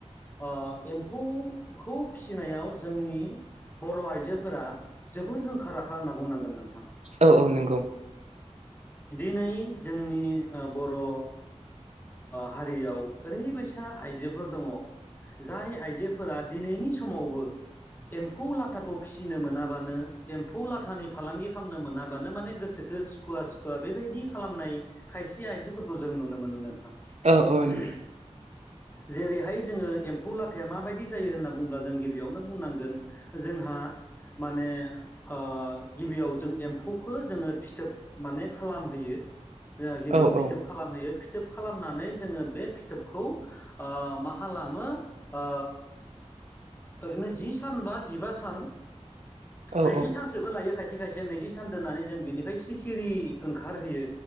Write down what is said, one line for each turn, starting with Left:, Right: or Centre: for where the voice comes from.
Left: ओ एम्फौखौ फिसिनायाव जोंनि बर' आइजोफोरा जोबोर रोंखा राखा होनना बुंनांगोन नोंथां
Right: औ औ नंगौ
Left: दिनै जोंनि ओ बर' ओ‌ हारियाव ओरैबायसा आइजोफोर दङ' जाय आइजोफोरा दिनैनि समावबो एम्फौ लाथाखौ फिसिनो मोनाबानो एम्फौ लाथानि फालांगि खामनो मोना बानो माने गोसोखो सुखुवा-सुखुवा बेबायदि खालामनाय खायसे आइजोफोरखौ जों नुनो मोनो नों थां
Right: औ औ
Left: <unintelligible>
Right: नंगौ
Left: जेरैहाय जोङो एम्फौ लाथाया माबायदि जायो होनना बुङोबा जों गिबियावनो बुंनांगोन जोंहा माने ओ गिबियाव जों एम्फौ खो जोङो फिथोब माने खालामहैयो ओ गिबियाव
Right: औ औ
Left: फिथोब खालामहोयो फिथोब खालामनानै जोङो बे फिथोबखौ ओ मा खालामो ओ ओरैनो जि सान बा जिबा सान
Right: औ
Left: नैजि सानसोबो लायो खायसे-खायसेया नैजिस सान दोननानै जों बेनिफ्राय सिखिरि ओंखारहयो